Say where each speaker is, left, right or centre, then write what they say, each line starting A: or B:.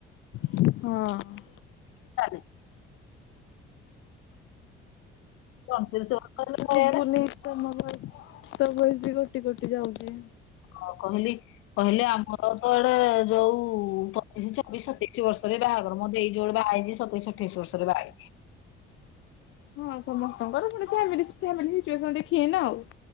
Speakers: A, on the left; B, on the left.
A: ହଁ।
B: <unintelligible> ଅଣତିରିଶି ବର୍ଷ ହେଲା
A: ଶୁଭୁନି
B: ଇଆଡେ
A: ତମ ଭଏସ୍। ତ ବି କଟି କଟି ଯାଉଛି।
B: କ-କ-କହିଲି। କହିଲି, ଆମର ତ ଆଡେ ଯୋଉ ପଚିଶି, ଛବିଶି, ସତେଇଶି ବର୍ଷରେ ବାହାଘର ମୋ ଦେଇ ଯୋଉଡେ ବାହା ହେଇଚି ସତେଇଶ ଅଠେଇଶ ବର୍ଷରେ ବା <inaudible>
A: ହଁ, ସମସ୍ତଙ୍କର ଫୁଣି <unintelligible> ଦେଖିକିନା ଆଉ।